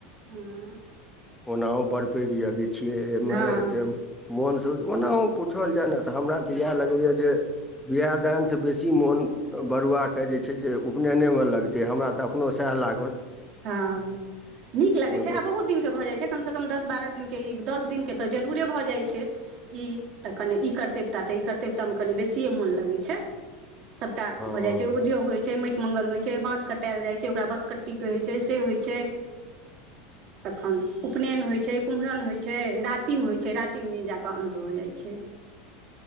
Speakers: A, on the right (about 40°); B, in the centre.
A: हुं
B: ओना ओ बर पैघ यादिक छियै एहिमे
A: हँ
B: एते मोन से ओनाओ पुछल जाय ने त हमरा यैह लगैये जे बिियाह दान सबसे बेसी मोन बरुआके जे छै से उपनयनेमे लगतै, हमरा त अपनो सएह लागल।
A: हां, नीक लगै
B: ओहिमे
A: छै आ बहुत दिन के भ जाइ छै। कमसे कम दस बारह दिनके इ, दस दिनके त जरूरे भ जाइ छै इ त कने इ करतेवता त इ करतेवतामे कनि बेसिए मोन लगै छै। सभटा
B: हँ
A: भ जाइ छै, उद्योग होइ छै, माटि मंगल होइ छै बाँस कटाल जाइ छै ओकरा बाँस कट्टी कहै छै से होइ छै तखन उपनयन होइ छै कुम्हरम होइ छै रातिम होइ छै रातिम दिन जाकऽ अन्त भऽ जाइ छै।